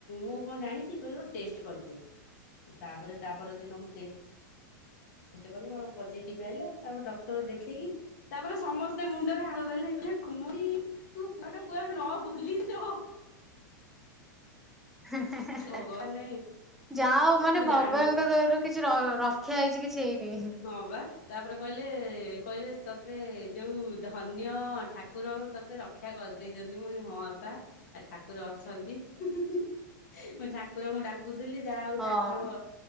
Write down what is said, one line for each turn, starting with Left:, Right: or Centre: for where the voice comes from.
Left: ମୁଁ କଣ ଜାଣିଛି <unintelligible> ଟେଷ୍ଟେ କରିଦିଅ ତାପରେ ତା ପରଦିନ ମୁଁ ଟେ ଟେଷ୍ଟେ କଲି ମୋର ପଜିଟିଭ ଆଇଲା ତାପରେ ଡକ୍ଟର ଦେଖେଇକି ତାପରେ ସମସ୍ତେ ମୁଣ୍ଡରେ ହାତ ଦେଲେ କନ ତୁ କୁଆଡେ କୁଆଡୁ ନ ଭୁଲିଛ।
Centre: <unintelligible>
Left: ଭଗବାନେ
Centre: ଯାଉ ମାନେ
Left: ମୁଁ
Centre: ଭଗବାନଙ୍କ
Left: ଜାଣି
Centre: ଦୟା ରୁ କିଛିର ରକ୍ଷା ହେଇଛି କିଛି ହେଇନି।
Left: ହଁ ବା ତାପରେ କହିଲେ କହିଲେ ତତେ ଯୋଉ ଧନ୍ୟ ଠାକୁର ତତେ ରଖ କ୍ଷା କରିଦେଇଛନ୍ତି ମ ହଁ ବାପା ଆ ଠାକୁର ଅଛନ୍ତି। <unintelligible> ମୁଁ ଠାକୁରଙ୍କୁ ଡାକୁଥିଲି ଯାହା ହଉ
Centre: ହଁ
Left: ଠାକୁର